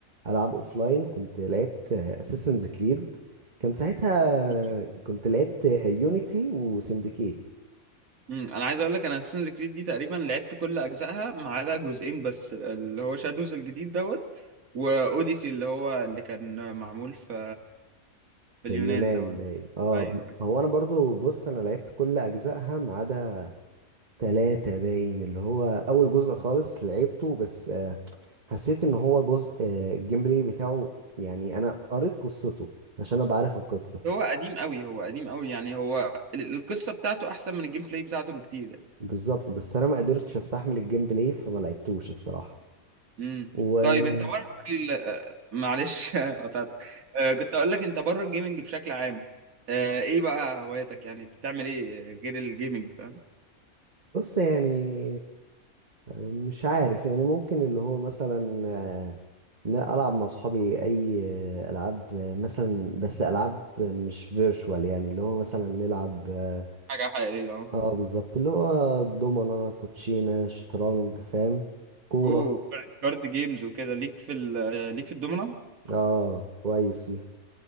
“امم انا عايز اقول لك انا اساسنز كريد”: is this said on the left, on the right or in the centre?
Right